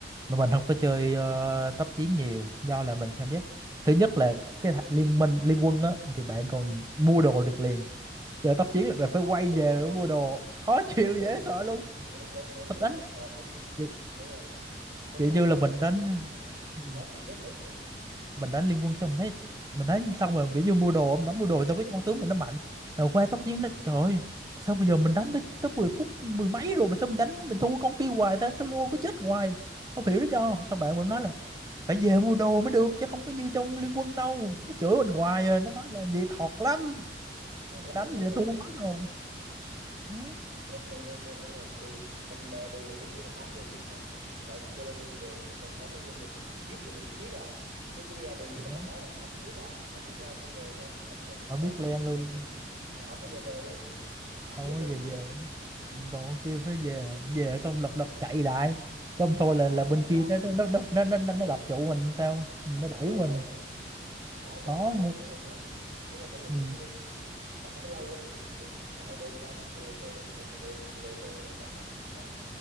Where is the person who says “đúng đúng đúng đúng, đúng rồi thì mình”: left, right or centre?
Right